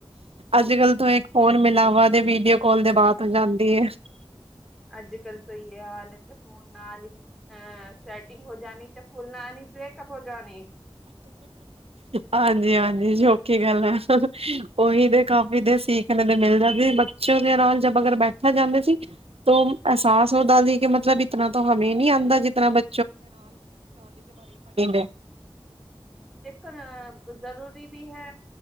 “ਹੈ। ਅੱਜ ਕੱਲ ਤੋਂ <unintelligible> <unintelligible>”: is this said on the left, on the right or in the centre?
Centre